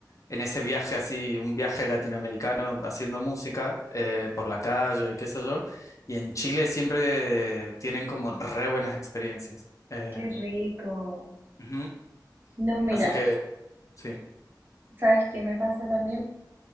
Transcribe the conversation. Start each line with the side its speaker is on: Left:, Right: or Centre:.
Left: en ese viaje así, un viaje latinoamericano haciendo música eh, por la calle y qué sé yo. Y en Chile siempre tienen como re buenas experiencias. Eh,
Right: qué rico.
Left: ujú.
Right: No, mira,
Left: Así que, sí.
Right: ¿sabes qué me pasa también?